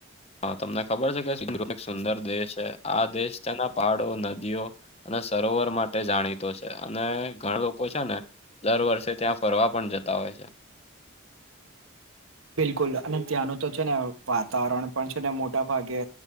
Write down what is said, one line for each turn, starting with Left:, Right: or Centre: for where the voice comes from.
Left: તમને ખબર છે કે સુંદર દેશ છે, આ દેશ તેના પહાડો નદીઓ અને સરોવર માટે માટે જાણીતો છે અને ઘણા લોકો છે, ને દર વર્ષે ત્યાં ફરવા પણ જતા હોય છે.
Right: બિલકુલ અને ત્યાંનું તો છે ને વાતાવરણ પણ છે, ને મોટા ભાગે